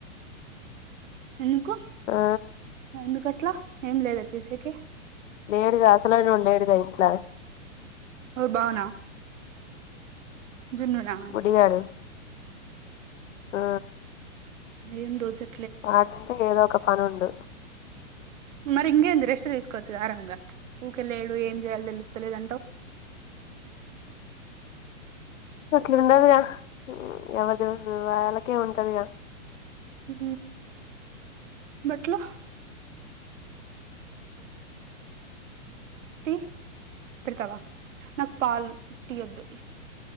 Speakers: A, on the right (about 75°); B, on the left (about 75°).
A: ఎందుకు
B: ఆ
A: ఎందుకట్ల ఏం లేద చేసేకి
B: లేడుగా అసలైనోడు లేడుగా ఇంట్ల
A: ఎవరు బావ న జున్ను నా
B: బుడ్డిగాడు ఆ
A: ఏం దోచది
B: అడుంటే ఏదో ఒక పనుండు
A: మరి ఇంకేంది రెస్ట్ తీసుకోవచ్చుగా ఆరాంగా ఊకె లేడు ఏం చేయాల తెలుత్త లేదంటవు
B: <inaudible> గట్లుండ దిరా ఎవరిది వాళ్ళకే ఉంటదిగా
A: ఉ బట్ల తి పెడుతవా నాకు పాల్ టీయద్దు